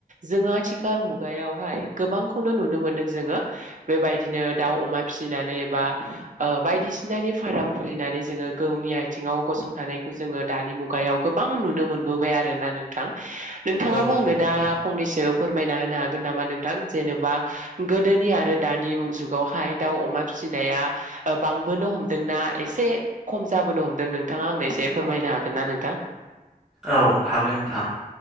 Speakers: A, on the right; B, in the centre.
A: जोङो आथिखाल मुगायावहाय गोबांखौनो नुनो मोनदों जोङो बेबायदिनो दाउ अमा फिसिनानै एबा ओ बायदिसिनानि फार्म खुलिनानै जोङो गावनि आथिङाव गसंथानायखौ जोङो दानि मुगायाव गोबां नुनो मोनबोबाय आरोना नोंथां। नोंथाङाबो
B: औ नंगौ
A: आंनो दा
B: नोंथां
A: फंनैसो फोरमायना होनो हागोन नामा नोंथां जेनेबा गोदोनि आरो दानि जुगावहाय दाउ अमा फिसिनाया बांबोनो हमदोंना एसे खम जाबोनो हमदों नोंथाङा आंनो एसे फोरमायनो हागोनना नोंथां?
B: औ हागोन थां।